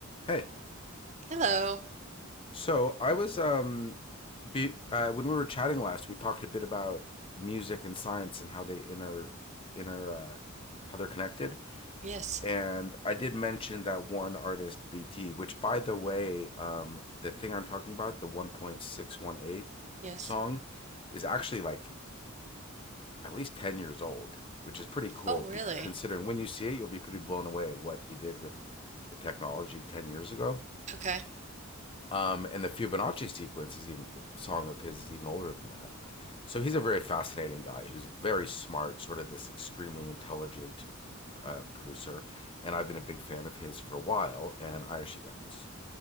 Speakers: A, on the left; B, on the right.
A: Hey,
B: Hello.
A: so I was um be, uh, when we were chatting last, we talked a bit about music and science and how they inter inter uh, how they're connected.
B: Yes.
A: And I did mention that one artist, BT, which by the way, um, the thing I'm talking about, the 1.618
B: Yes.
A: song, is actually like at least 10 years old, which is pretty cool.
B: Oh, really?
A: Be considering when you see it, you'll be pretty blown away at what he did with the technology 10 years ago.
B: Okay.
A: Um, and the Fibonacci sequence is even song of his is even older than that. So he's a very fascinating guy who's very smart, sort of this extremely intelligent uh, producer. And I've been a big fan of his for a while. And I actually got this